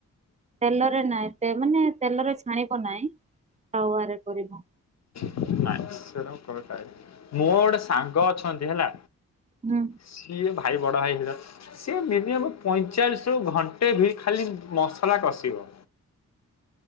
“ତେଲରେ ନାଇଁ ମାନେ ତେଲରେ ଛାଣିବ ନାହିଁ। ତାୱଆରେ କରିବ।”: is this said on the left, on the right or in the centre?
Right